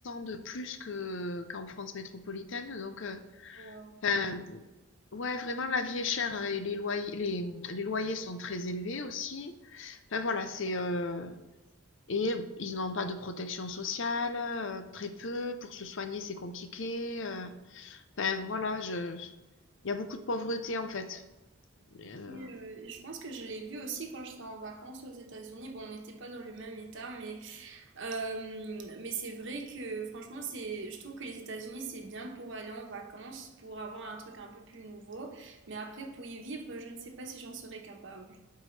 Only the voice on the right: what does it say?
Wow.
Et, euh, je pense que je l'ai vu aussi quand j'étais en vacances aux États-Unis. Bon, on n'était pas dans le même état, mais, euh, mais c'est vrai que franchement, c'est, je trouve que les États-Unis, c'est bien pour aller en vacances, pour avoir un truc un peu plus nouveau. Mais après, pour y vivre, je ne sais pas si j'en serais capable.